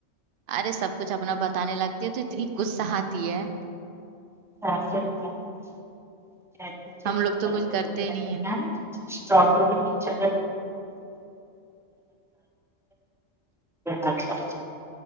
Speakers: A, on the right; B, in the centre.
A: ارے سب کچھ اپنا بتانے لگتے ہے تو اتنی غصہ آتی ہے
B: <unintelligible>
A: ہم لوگ تو کچھ کرتے
B: <inaudible>
A: ہی نہیں ہے
B: اچھا